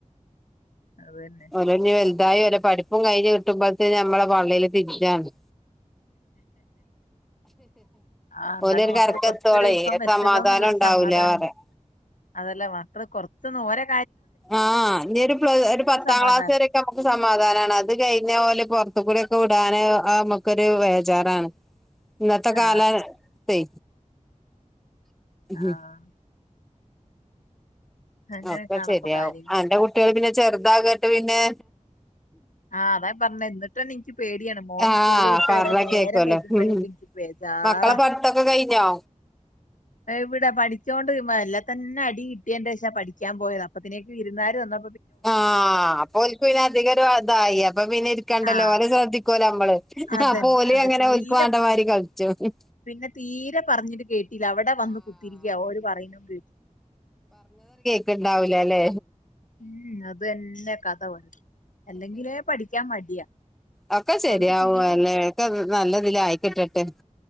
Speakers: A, on the left (about 80°); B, in the centre.
A: അത് തന്നെ
B: ഓല്ന്നെ ഇതായി ഓരെ പഠിപ്പും കഴിഞ്ഞ് കിട്ടുമ്പോഴത്തേന്ന് നമ്മെ പള്ളേൽ തീജാണ്
A: ആഹ് എന്നാലും
B: ഓലൊരു
A: മക്കള്
B: കരക്കെത്തോളേ
A: കൊറച്ചൊരു വലിപ്പം വെച്ചല്ലോ
B: സമാധാനം
A: എന്നുള്ളൊരു
B: ഉണ്ടാവൂല
A: സമാധാന
B: പറയാ
A: അതല്ല മക്കള് കൊറച്ച് ഓര്
B: ആഹ് ഇനി ഒരു ഒരു പത്താം
A: സമാധാനം
B: ക്ലാസ് വരൊക്കെ നമുക്ക് സമാധാനമാണ് അത് കഴിഞ്ഞ ഓല് പുറത്തു കൂടെ ഒക്കെ വിടാന് ആഹ് നമക്കൊരു വേജാറാണ് ഇന്നത്തെ കാലത്തെ
A: ആ ആഹ്
B: ഉം
A: അങ്ങനെയൊക്കെയാണ്
B: ഒക്കെ ശെരിയാവും
A: ഇപ്പൊ കാര്യങ്ങള്
B: ആന്റെ കുട്ടി ള് പിന്നെ ചെറുത് താകട്ട് പിന്നെ
A: ആഹ് അതാ ഞാൻ പറഞ്ഞെ എന്നിട്ട്ന്നെ എനിക്ക് പേടിയാണ് മോന്
B: ആഹ്
A: സ്കൂള് വിട്ട്
B: പറഞ്ഞ
A: വരാൻ നേരം
B: കേക്കുവല്ലോ
A: വൈകുമ്പോഴേക്ക്
B: ഉം
A: എനിക്ക് ബേജാറാ
B: മക്കളെ പഠിത്തൊക്കെ കഴിഞ്ഞോ
A: എവിടെ പഠിച്ചുകോണ്ട് എല്ലെ തന്നെ അടി കിട്ടിയ ശേഷാ പഠിക്കാൻ പോയത് അപ്പത്തിനേക്ക് വിരുന്നാർ വന്ന
B: ആഹ് അപ്പോ ഓല്ക്ക് പിന്നെ അധിക ഒരു അതായി അപ്പൊ പിന്നെ ഇരിക്കാണ്ടല്ലോ
A: ആഹ്
B: ഓരെ ശ്രദ്ധിക്കാലോ മ്മള്
A: അതന്നെ
B: അപ്പോ ഓല്
A: അത്
B: അങ്ങനെ
A: തീരെ
B: ഓല്ക്ക് വേണ്ടമാരി കളിച്ചോളും
A: പിന്നെ തീരെ പറഞ്ഞിട്ട് കേട്ട് കേട്ടീല അവിടെ വന്ന് കുത്തിരിക്കയാ ഓര് പറയണ്ത്
B: ക്ക ഇണ്ടാവൂല അല്ലെ
A: മ്മ് അത് തന്നെ കഥ ഓന് അല്ലെങ്കിലേ പഠിക്കാൻ മടിയാ
B: ഒക്കെ ശരിയാവും
A: ഓലക്ക് ടി വി
B: അല്ലേ ഒക്കെ നല്ലതിലായി കിട്ടട്ടെ